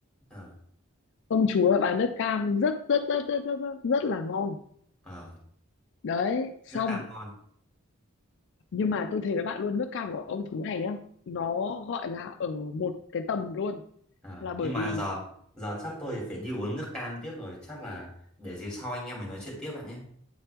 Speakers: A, in the centre; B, on the left (about 60°).
A: ờ
B: công chúa bán nước cam rất rất rất rất rất rất, rất là ngon
A: ờ
B: đấy xong
A: nước cam ngon
B: nhưng mà tôi thấy với bạn luôn nước cam của ông chú này nhá nó gọi là ở một cái tầm luôn
A: ờ
B: là bởi
A: nhưng
B: vì
A: mà giờ giờ chắc tôi phải đi uống nước cam tiếp rồi chắc là để dịp sau anh em mình nói chuyện tiếp bạn nhé